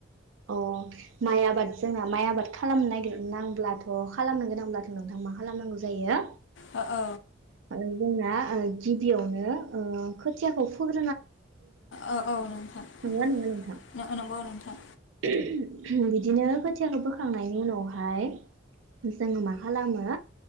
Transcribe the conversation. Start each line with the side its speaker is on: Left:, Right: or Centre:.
Right: अ माइ आबाद जोंना माइ आबाद खालामनो नागिरनांब्लाथ खालामनो गोनांब्लाथ नोंथां मा खा खालामनांगौ जायो
Left: औ औ
Right: ना जोंना ओ गिबियावनो ओ खोथियाखौ फोग्रो
Left: औ औ नोंथांं
Right: नंगौना
Left: नंगौ
Right: नङा नोंथां
Left: नंगौ नोंथां।
Right: <unintelligible> बिदिनो खोथियाखौ फोखांनायनि उनावहाय जोङो मा खालामो